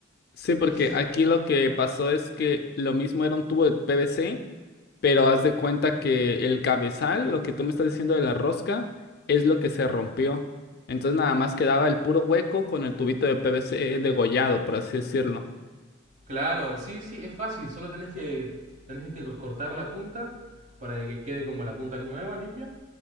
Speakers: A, on the left (about 50°); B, on the right (about 35°).
A: Sí, porque
B: Es
A: aquí lo que pasó es que lo mismo era un tubo de PVC, pero haz de cuenta que el cabezal, lo que tú me estás diciendo de la rosca, es lo que se rompió. Entonces nada más quedaba el puro hueco con el tubito de PVC degollado, por así decirlo.
B: Claro, sí, sí, es fácil, solo tenés que tenés que cortar la punta para que quede como la punta nueva, limpia,